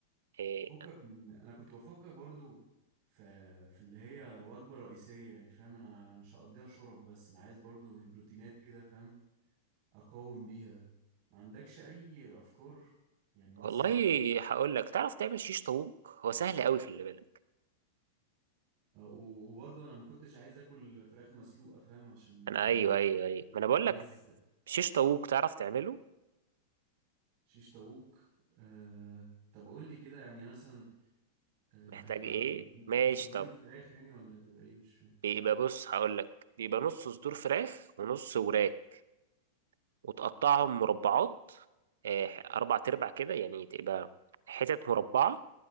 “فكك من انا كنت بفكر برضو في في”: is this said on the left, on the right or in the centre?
Right